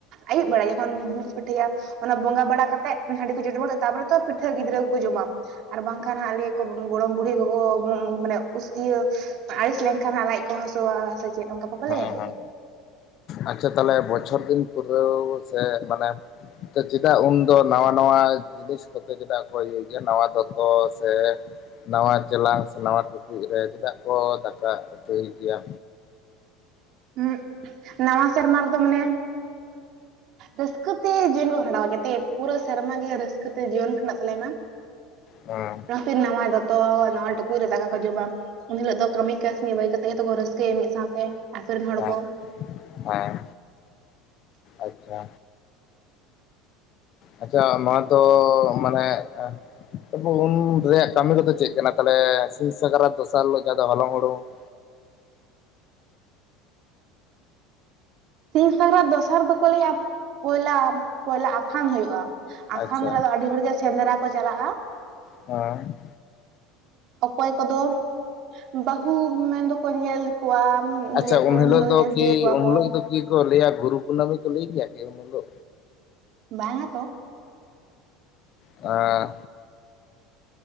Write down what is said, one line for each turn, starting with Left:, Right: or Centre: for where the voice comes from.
Right: ᱟᱹᱭᱩᱵ ᱵᱮᱲᱟ ᱡᱚᱠᱷᱚᱱ ᱯᱤᱴᱷᱟᱹᱭᱟ ᱚᱱᱟ ᱵᱚᱸᱜᱟ ᱵᱟᱲᱟ ᱠᱟᱛᱮᱫ ᱦᱟᱺᱰᱤ ᱠᱚ ᱪᱚᱰᱚᱨ ᱛᱟᱯᱚᱨᱮ ᱛᱚ ᱯᱤᱴᱷᱟᱹ ᱜᱤᱫᱽᱨᱟᱹ ᱠᱚᱠᱚ ᱡᱚᱢᱟ᱾ ᱟᱨ ᱵᱟᱝᱠᱷᱟᱱ ᱦᱟᱜ ᱞᱟᱹᱭ ᱟᱠᱚ ᱜᱚᱲᱚᱢ ᱵᱩᱲᱦᱤ ᱜᱚᱜᱚ ᱢᱟᱱᱮ ᱤᱭᱟᱹ ᱟᱭᱤᱥ ᱞᱮᱱ ᱮᱠᱷᱟᱱ ᱦᱟᱸ ᱞᱟᱡ ᱠᱚ ᱦᱟᱹᱥᱩᱣᱟ ᱥᱮ ᱪᱮᱫ ᱚᱱᱠᱟ ᱵᱟᱠᱚ
Left: ᱦᱮᱸ
Right: ᱞᱟᱹᱭᱟ
Left: ᱦᱮᱸ ᱟᱪᱪᱷᱟ ᱛᱟᱦᱚᱞᱮ ᱵᱚᱪᱷᱚᱨ ᱫᱤᱱ ᱯᱩᱨᱟᱹᱣ ᱥᱮ ᱢᱟᱱᱮ ᱪᱮᱫᱟᱜ ᱩᱱᱫᱚ ᱱᱟᱣᱟ ᱱᱟᱣᱟ ᱡᱤᱱᱤᱥ ᱠᱚᱛᱮ ᱪᱮᱫᱟᱜ ᱠᱚ ᱤᱭᱟᱹᱭ ᱜᱮᱭᱟ ᱱᱟᱣᱟ ᱫᱚᱛᱚ ᱥᱮ ᱱᱟᱣᱟ ᱪᱮᱞᱟᱝ ᱥᱮ ᱱᱟᱣᱟ ᱴᱩᱠᱩᱡ ᱨᱮ ᱪᱮᱫᱟᱜ ᱠᱚ ᱫᱟᱠᱟ ᱩᱛᱩᱭ ᱜᱮᱭᱟ?
Right: ᱦᱮᱸ ᱱᱟᱣᱟ ᱥᱮᱨᱢᱟ ᱨᱮᱫᱚ ᱢᱟᱱᱮ ᱨᱟᱹᱥᱠᱟᱹᱛᱮ ᱡᱤᱭᱚᱱ ᱠᱚ ᱠᱷᱟᱸᱰᱟᱣ ᱠᱟᱛᱮ ᱯᱩᱨᱟᱹ ᱥᱮᱨᱢᱟ ᱜᱮ ᱨᱟᱹᱥᱠᱟᱹ ᱛᱮ ᱡᱤᱭᱚᱱ ᱠᱷᱟᱸᱰᱟᱜ ᱛᱟᱞᱮ ᱢᱟ
Left: ᱦᱮᱸ
Right: ᱚᱱᱟᱛᱮ ᱱᱟᱣᱟ ᱫᱚᱛᱚ ᱱᱟᱣᱟ ᱴᱩᱠᱩᱡ ᱨᱮ ᱫᱟᱠᱟ ᱠᱚ ᱡᱚᱢᱟ ᱩᱱ ᱦᱤᱞᱳᱜ ᱫᱚ ᱠᱟᱹᱢᱤ ᱠᱟ ᱠᱟᱢᱤ ᱵᱟᱹᱜᱤ ᱠᱟᱛᱮ ᱠᱟᱛᱮ ᱠᱚ ᱨᱟᱹᱥᱠᱟᱹᱭᱟ ᱢᱤᱫ ᱥᱟᱶᱛᱮ ᱟᱠᱚ ᱨᱮᱱ ᱦᱚᱲ
Left: ᱦᱮᱸ
Right: ᱠᱚ
Left: ᱦᱮᱸ ᱟᱪᱪᱷᱟ ᱟᱪᱪᱷᱟ ᱱᱚᱣᱟ ᱫᱚ ᱢᱟᱱᱮ ᱛᱚᱵᱮ ᱩᱱ ᱨᱮᱭᱟᱜ ᱠᱟᱹᱢᱤ ᱠᱚᱫᱚ ᱪᱮᱫ ᱠᱟᱱᱟ ᱛᱟᱦᱚᱞᱮ ᱥᱤᱧ ᱥᱟᱠᱨᱟᱛ ᱫᱚᱥᱟᱨ ᱦᱤᱞᱳ ᱡᱟᱦᱟᱸ ᱫᱚ ᱦᱚᱞᱚᱝ ᱦᱩᱲᱩᱝ <inaudible>
Right: ᱥᱤᱧ ᱥᱟᱠᱨᱟᱛ ᱫᱚᱥᱟᱨ ᱫᱚᱠᱚ ᱞᱟᱹᱭᱟ ᱯᱩᱭᱞᱟ ᱯᱚᱭᱞᱟ ᱟᱠᱷᱟᱱ ᱦᱩᱭᱩᱜᱼᱟ᱾
Left: ᱟᱪᱪᱷᱟ
Right: ᱟᱠᱷᱟᱱ ᱨᱮᱫᱚ ᱟᱹᱰᱤ ᱦᱚᱲᱜᱮ ᱥᱮᱸᱫᱽᱨᱟ ᱠᱚ ᱪᱟᱞᱟᱜᱼᱟ᱾
Left: ᱦᱮᱸ
Right: ᱚᱠᱚᱭ ᱠᱚᱫᱚ ᱵᱟᱹᱦᱩ ᱢᱮᱱ ᱫᱚᱠᱚ ᱧᱮᱞ ᱠᱚ ᱠᱚᱣᱟᱢ
Left: ᱟᱪᱪᱷᱟ
Right: ᱞᱟᱹᱭ ᱠᱚ ᱩᱱ ᱦᱤᱞᱳᱜ
Left: ᱫᱚ
Right: ᱧᱮᱞᱤᱫᱤ
Left: ᱠᱤ
Right: ᱠᱚᱣᱟ
Left: ᱩᱱ
Right: ᱠᱚ
Left: ᱦᱤᱞᱳᱜ ᱫᱚ ᱠᱤ ᱞᱟᱹᱭᱟ ᱜᱩᱨᱩ ᱠᱩᱱᱟᱹᱢᱤ ᱠᱚ ᱞᱟᱹᱭ ᱜᱮᱭᱟ ᱠᱮ ᱩᱱ ᱫᱚ
Right: ᱵᱟᱝ ᱟ ᱛᱚ
Left: ᱟᱨ